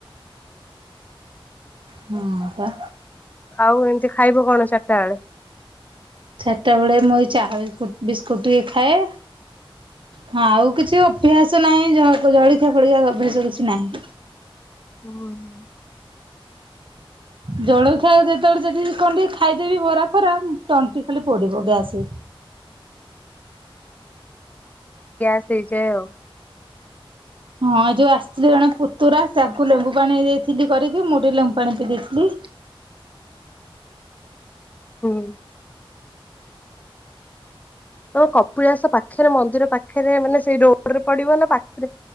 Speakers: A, on the right; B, on the left.
A: ହଁ ପା।
B: ଆଉ, ଏମିତି ଖାଇବ କଣ ଚାରିଟା ବେଳେ?
A: ଚାରିଟା ବେଳେ ମୁଁଇ ଚାହା ବିସ୍କୁଟ୍, ବିସ୍କୁଟ୍ ଟିକେ ଖାଏ। ହଁ ଆଉ କିଛି ଅଭ୍ୟାସ ନାହିଁ, ଜ ଜଳଖିଆ ଫଳିକା ଅଭ୍ୟାସ କିଛି ନାହିଁ।
B: <unintelligible>
A: ଜଳଖିଆ ଯେତବେଳେ ଯଦି କଣ ଟିକେ ଖାଇଦେବି ବରା ଫରା, ତଣ୍ଟି ଖାଲି ପୋଡିବ ଗ୍ୟାସ
B: ଗ୍ୟାସ୍‌ ହେଇଯାଏ ଆଉ।
A: ହଁ ଯୋଉ ଆସିଥିଲେ ଜଣେ ପୁତୁରା, ତାଙ୍କୁ ଲେମ୍ବୁ ପାଣି ଦେଇଥିଲି କରିକି, ମୁଁ ଟିକେ ଲେମ୍ବୁ ପାଣି ପିଇ ଦେଇଥିଲି।
B: ହୁଁ। ତମ କପିଳାସ ପାଖ ପାଖରେ ମନ୍ଦିର ପାଖରେ ମାନେ ସେଇ ରୋଡରେ ପଡିବ ନା ପାଖରେ